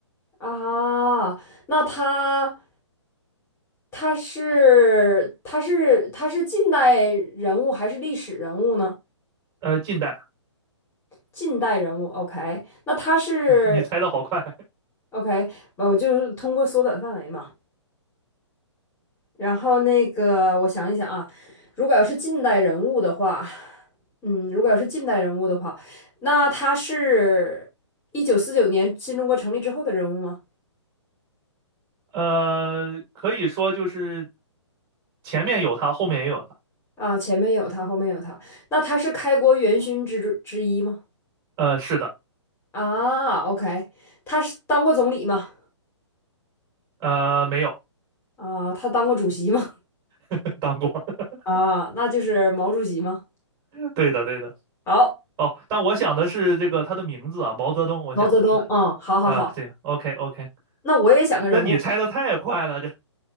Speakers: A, on the left (about 15°); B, on the right (about 25°).
A: 啊，那他他是他是他是近代人物还是历史人物呢？
B: 呃，近代，
A: 近代人物，OK，那他是
B: <laughs> 啊你猜的好快。
A: OK，呃我就是通过缩短范围嘛。然后那个，我想一想啊，如果要是近代人物的话，嗯，如果要是近代人物的话，那他是一九四九年新中国成立之后的人物吗？
B: 呃，可以说就是前面有他，后面也有他。
A: 啊，前面有他，后面有他，那他是开国元勋之之一吗？
B: 呃，是的，
A: 啊，OK，他是当过总理吗？
B: 呃，没有
A: 啊，他当过主席吗？
B: <laughs> 当过。<laughs>
A: 啊，那就是毛主席吗？
B: 对的，对的。
A: 好，
B: 哦，但我想的是这个他的名字啊，毛泽东。我想的是
A: 毛泽东，嗯，好好好，
B: 啊，行 OK OK。
A: 那我也想个人物，
B: 那你猜的太快了，这